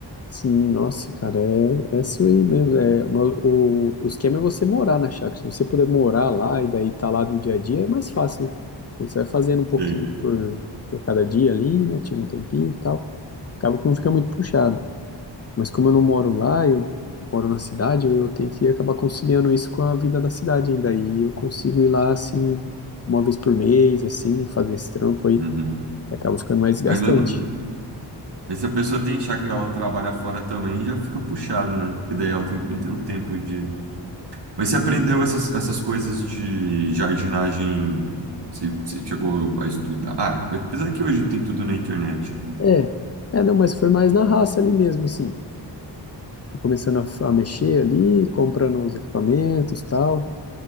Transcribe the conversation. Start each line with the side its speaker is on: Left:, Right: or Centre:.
Left: Sim, nossa, cara, é, é isso aí mesmo. É, uma- o, o esquema é você morar na chácara. Se você puder morar lá e daí tá lá no dia a dia, é mais fácil, né? Você vai fazendo um pouquinho
Right: Sim.
Left: por, por cada dia ali, né? Tira um tempinho e tal. Acaba que não fica muito puxado. Mas como eu não moro lá, eu moro na cidade, eu eu tenho que acabar conciliando isso com a vida da cidade ainda. E eu consigo ir lá, assim, uma vez por mês, assim, fazer esse trampo aí.
Right: Uhum.
Left: Acaba ficando mais desgastante.
Right: Mas mesmo Mas se a pessoa tem chácara e ela trabalha fora também, já fica puxado, né? Porque daí ela tem- não tem o tempo de. Mas você aprendeu essas, essas coisas de jardinagem? Você, você chegou a estudar? Ah, apesar que hoje tem tudo na internet. né?
Left: É, é, não, mas foi mais na raça ali mesmo, assim. Fui começando a, f- a mexer ali, comprando os equipamentos, tal,